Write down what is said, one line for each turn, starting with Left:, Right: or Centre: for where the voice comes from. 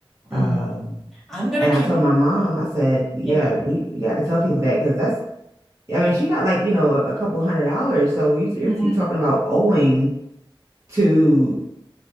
Right: Um,
Centre: hmm I'm gonna
Right: And
Centre: keep,
Right: I told my mom, I said, yeah,
Centre: yeah.
Right: we, you got to tell people that because that's, I mean, she got like, you know, a, a couple hundred dollars. So you, you're,
Centre: Mhm.
Right: you're talking about owing to